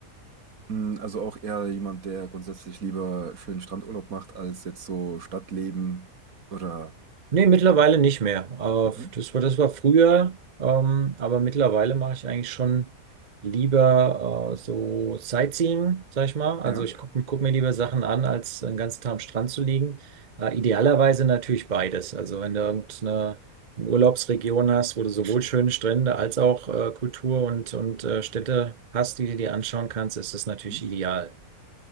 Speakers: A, on the right; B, on the right.
A: Hm, Also auch eher jemand, der grundsätzlich lieber schönen Strandurlaub macht, als jetzt so Stadtleben oder...
B: Nee, mittlerweile nicht mehr. Äh,
A: Mhm.
B: Das war, das war früher, ähm, aber mittlerweile mache ich eigentlich schon lieber äh, so Sightseeing, sag ich mal. Also
A: Ja?
B: ich gucke guck guck mir lieber Sachen an, als den ganzen Tag am Strand zu liegen. Äh, idealerweise natürlich beides. Also wenn du irgendeine eine Urlaubsregion hast, wo du sowohl schöne Strände als auch äh, Kultur und, und äh, Städte hast, die du dir anschauen kannst, ist das natürlich
A: Mhm.
B: ideal.